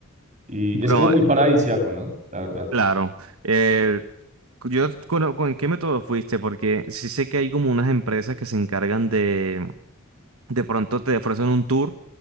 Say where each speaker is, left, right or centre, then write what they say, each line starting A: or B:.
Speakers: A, on the right; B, on the right.
A: Y
B: Bueno,
A: es como muy paradisíaco, ¿no? La verdad.
B: claro. Eh, yo conozco en qué método fuiste, porque sí sé que hay como unas empresas que se encargan de de pronto te ofrecen un tour